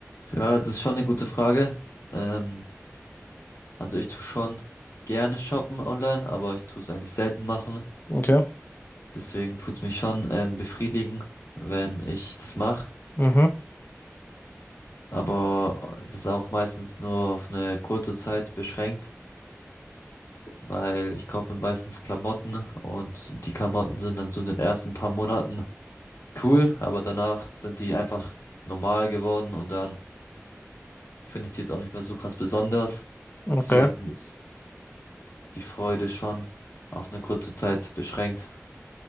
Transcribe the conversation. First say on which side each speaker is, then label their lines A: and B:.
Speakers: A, on the left; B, on the left.
A: ja, das ist schon eine gute Frage. Ähm, also ich tue schon gerne shoppen online, aber ich tue es eigentlich selten machen.
B: du? Okay.
A: Deswegen tut's mich schon ähm, befriedigen, wenn ich das mache.
B: Mhm,
A: Aber das ist auch meistens nur auf eine kurze Zeit beschränkt. weil ich kaufe mir meistens Klamotten und die Klamotten sind dann so in den ersten paar Monaten cool, aber danach sind die einfach normal geworden und dann finde ich die jetzt auch nicht mehr so krass besonders.
B: okay.
A: Deswegen ist die Freude schon auf eine kurze Zeit beschränkt.